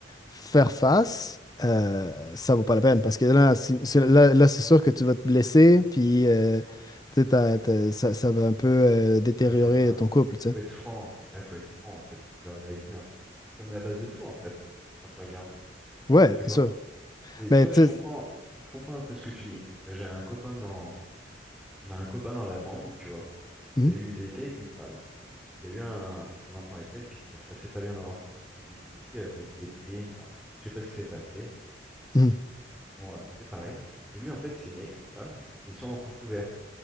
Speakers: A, on the left; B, in the centre.
A: faire face, euh, ça vaut pas la peine parce que là, si- c'est, là, là, c'est sûr que tu vas te blesser puis euh, tu sais, t'as- t'as- ça, ça va un peu euh, détériorer
B: Ouais, c'est ça.
A: ton couple, tu sais.
B: Faut être franc. Ouais, faut être franc, en fait. Faut dire la vérité, hein, c'est tout. hein. C'est comme la base de tout, en fait, hein, quand tu regardes.
A: Ouais,
B: Tu
A: bien
B: vois?
A: sûr.
B: Mais
A: Mais
B: tu vois,
A: tu
B: je comprends,
A: sais,
B: je comprends un peu ce que tu dis. Parce que j'ai un copain dans On a un copain dans la bande, tu vois.
A: Mhm.
B: Il a eu, il était avec une femme. Il a eu un, un enfant avec elle, puis ça se passait pas bien dans leur couple quand ils ont eu le petit. Elle a fait une déprime. Enfin, je sais pas ce qui s'est passé.
A: Mhm.
B: Ils se sont euh, séparés. Et lui, en fait, il s'est mis avec une femme. mais Ils sont en couple ouvert,